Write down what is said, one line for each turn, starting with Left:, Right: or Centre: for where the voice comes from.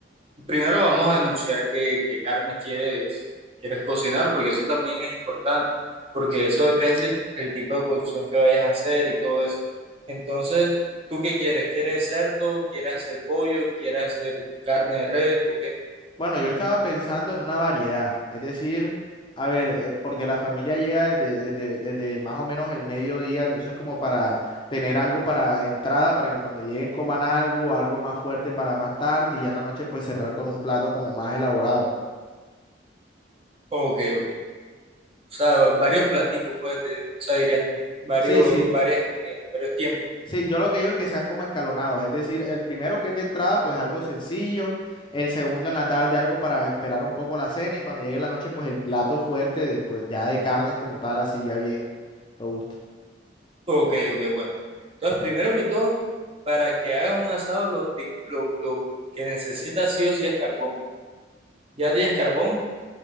Right: primero vamos a anunciar qué, qué carnes quieres, quieres cocinar, porque eso también es importante, porque eso depende el tipo de cocción que vayas a hacer y todo eso. Entonces, ¿tú qué quieres? ¿Quieres cerdo? ¿Quieres hacer pollo? ¿Quieres hacer carne de res? ¿O qué?
Left: Bueno, yo estaba pensando en una variedad, es decir, a ver, eh, porque la familia llega desde, desde, desde más o menos el mediodía, entonces como para tener algo para entrada, para que cuando lleguen coman algo, algo más fuerte para más tarde y ya en la noche pues cerrar con un plato como más elaborado.
Right: Ok, ok. O sea, varios platicos, pues, de, o sea, dirías tú, varios,
Left: Sí, sí,
Right: varias comidas, varios tiempos.
Left: sí, yo lo que digo es que sean como escalonados, es decir, el primero que es de entrada pues algo sencillo, el segundo en la tarde algo para esperar un poco la cena y cuando llegue la noche pues el plato fuerte de, pues ya de carnes como tal, así ya bien robusto.
Right: Ok, ok, bueno. Entonces, primero que todo, para que hagas un asado, lo, prim- lo, lo que necesitas sí o sí es carbón. ¿Ya tienes carbón?